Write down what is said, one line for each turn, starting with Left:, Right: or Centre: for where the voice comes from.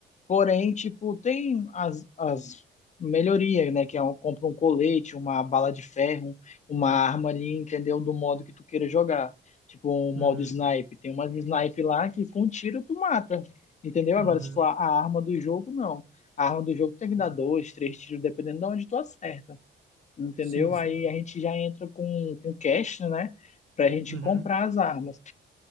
Left: Porém, tipo, tem as, as melhorias, né? Que é um, compra um colete, uma bala de ferro, uma arma ali, entendeu? Do modo que tu queira jogar. Tipo, um modo
Right: uhum,
Left: snipe. Tem umas snipe lá que com tiro tu mata, entendeu? Agora,
Right: uhum,
Left: se for a a arma do jogo, não. A arma do jogo tem
Right: uhum.
Left: que dar dois, três tiros, dependendo de onde tu acerta, entendeu?
Right: Sim, sim.
Left: Aí a gente já entra com, com cash, né? Pra gente
Right: Uhum,
Left: comprar as armas